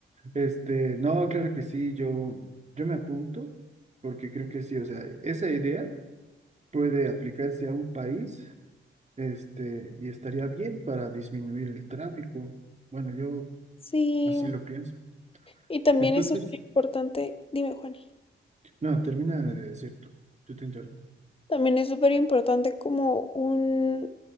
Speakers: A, on the right; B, on the left.
A: Este, no, claro que sí, yo, yo me apunto porque creo que sí, o sea, esa idea puede aplicarse a un país, este, y estaría bien para disminuir el tráfico. Bueno, yo
B: Sí,
A: así lo pienso.
B: y también
A: Entonces,
B: es súper importante, dime Juan,
A: no, termina de decir tú, tú te interrumpo.
B: también es súper importante como un